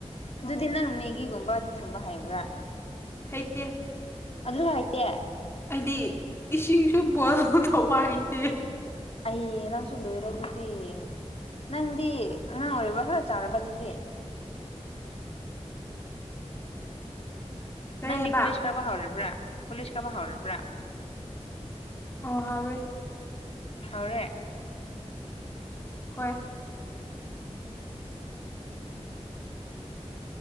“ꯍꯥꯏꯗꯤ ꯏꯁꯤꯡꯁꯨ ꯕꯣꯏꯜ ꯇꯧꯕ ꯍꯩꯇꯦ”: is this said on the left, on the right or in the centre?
Left